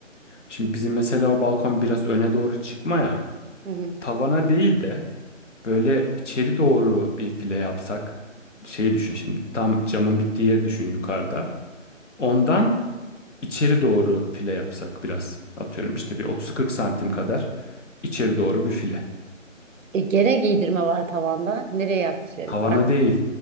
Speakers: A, on the left; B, on the right.
A: Şimdi bizim mesela o balkon biraz öne doğru çıkma ya.
B: Hı hı.
A: Tavana değil de böyle içeri doğru bir file yapsak. Şey düşün şimdi tam camın bittiği yeri düşün yukarıda. Ondan İçeri doğru file yapsak biraz. Atıyorum işte bir 30-40 santim kadar içeri doğru bir file.
B: E, gene giydirme var tavanda. Nereye yapacağız?
A: Tavana
B: Pardon.
A: değil.